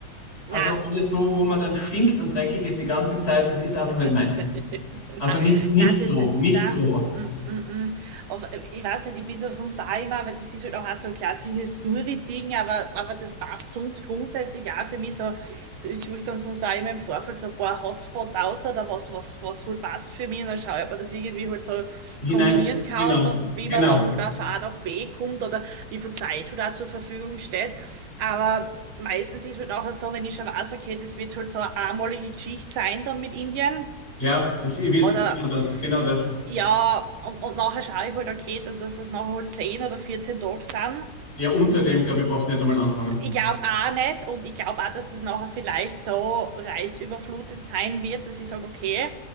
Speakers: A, on the left; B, on the right.
A: Also
B: Na,
A: alles so, wo man dann stinkt und dreckig ist die ganze Zeit, das ist einfach
B: <laughs>
A: nicht meins. Also
B: Na,
A: nicht, nicht
B: na, das,
A: so, nicht
B: na,
A: so
B: mm, mm, mm. Aber ich weiß nicht, ich bin da sonst auch immer, aber das ist halt auch, auch so ein klassisches Story-Ding, aber, aber das passt sonst grundsätzlich auch für mich so. Ich suche dann sonst auch immer im Vorfeld so ein paar Hotspots aus oder was, was, was halt passt für mich und dann schaue ich, ob man das irgendwie halt so
A: hinein.
B: kombinieren kann
A: Genau,
B: und wie
A: genau.
B: man dann halt auch von A nach B kommt oder wie viel Zeit halt auch zur Verfügung steht. Aber meistens ist halt auch so, wenn ich schon weiß, okay, das wird halt so eine einmalige Geschichte sein dann mit Indien.
A: Ja, das wird
B: Oder
A: genau das, genau das.
B: ja, und, und nachher schaue ich halt, okay, da- dass es nachher halt 10 oder 14 Tage sind.
A: Ja, unter dem, glaube ich, brauchst du nicht einmal anfangen.
B: Ich glaube auch nicht und ich glaube auch, dass das nachher vielleicht so reizüberflutend sein wird, dass ich sage, okay,